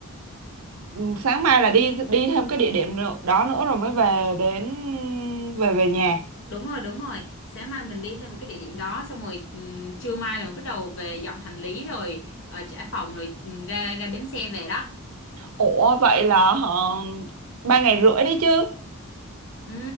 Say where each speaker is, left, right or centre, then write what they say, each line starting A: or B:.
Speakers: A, on the right; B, on the left.
A: Ừ, sáng mai là đi đi thêm cái địa điểm nữa- đó nữa rồi mới về đến về về nhà
B: đúng rồi đúng rồi sáng mai mình đi thêm một cái địa điểm đó xong rồi ừm, trưa mai là mình bắt đầu về dọn hành lý rồi ờ, trả phòng rồi ừm, ra ra bến xe về đó
A: ủa vậy là họ ba ngày rưỡi đấy chứ
B: ừ,